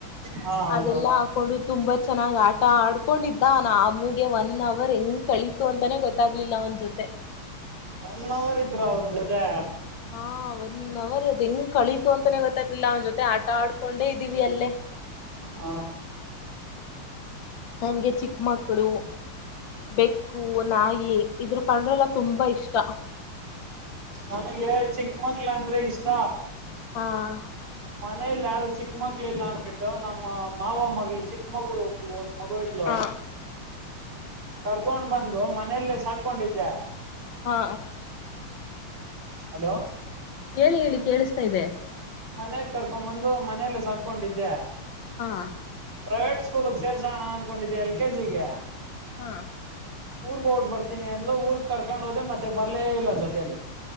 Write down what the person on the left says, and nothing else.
ಅದೆಲ್ಲಾ
ಹಾಕೊಂಡು ತುಂಬಾ ಚೆನ್ನಾಗ್ ಆಟ ಆಡ್ಕೊಂಡಿದ್ದ ನ ಆಮಗೆ ಒಂದ ಅವರ್ ಹೆಂಗ್ ಕಳಿತು ಅಂತಾನೇ ಗೊತ್ತಾಗ್ಲಿಲ್ಲ ಅವನ್ ಜೊತೆ
ಹಾ ಒನ್ ಅವರ್ ಅದ್ ಹೆಂಗ್ ಕಳಿತ ಇತ್ತು ಅಂತಾನೇ ಗೊತ್ತಾಗ್ಲಿಲ್ಲ ಅವನ ಜೊತೆ ಆಟ ಆಡ್ಕೊಂಡೇ ಇದ್ದೀವಿ ಅಲ್ಲೇ
ನಂಗೆ ಚಿಕ್ಕ ಮಕ್ಕಳು ಬೆಕ್ಕು ನಾಯಿ ಇದ್ರ ಕಂಡ್ರಲ್ಲ ತುಂಬ ಇಷ್ಟ
ಹಾ,,,
ಹಾ
ಹಾ,,
ಹೇಳಿ- ಹೇಳಿ ಕೇಳಿಸ್ತಾಇದೆ.
ಹಾ,
ಹಾ,